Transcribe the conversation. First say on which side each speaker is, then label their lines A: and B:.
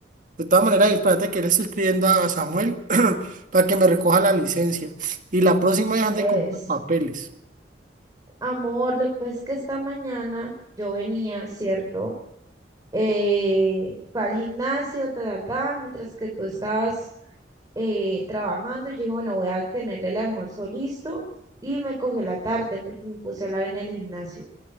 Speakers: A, on the right; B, on the right.
A: De todas maneras, espérate que le estoy escribiendo a Samuel <clears throat> para que me recoja la licencia. Y la próxima vez ande
B: Es,
A: con los papeles.
B: amor, lo que pasa es que esta mañana yo venía, ¿cierto? eh, fue al gimnasio, ta, ta, ta, mientras que tú estabas eh, trabajando, yo dije, bueno, voy a tenerle el almuerzo listo y me cogió la tarde porque me puse a hablar en el gimnasio.